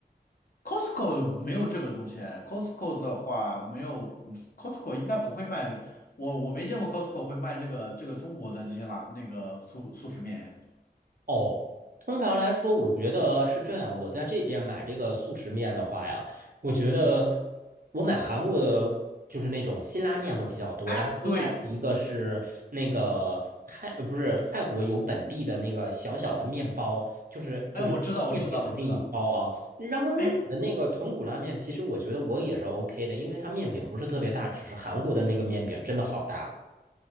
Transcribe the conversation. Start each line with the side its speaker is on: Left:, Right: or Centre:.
Left: Costco 没有这个东西 c o s t c o 的话没有 c o s t c o 应该不会卖，我我没见过 Costco 会卖这个这个中国的这些拉那个速速食面。
Right: 哦，通常来说，我觉得是这样。我在这边买这个速食面的话呀，我觉得我买韩国的，就是那种辛拉面会比较多。
Left: 哎，
Right: 然后另外一个是那个泰，
Left: 对，
Right: 呃不是泰国有本地的那个小小的面包，就是就是面饼的那一包啊。
Left: 哎，我知道，我知道，我知道，
Right: 然后日本的那个豚骨拉面，
Left: 哎，
Right: 其实我觉得我也是 OK 的，因为它面饼不是特别大，只是韩国的那个面饼真的好大。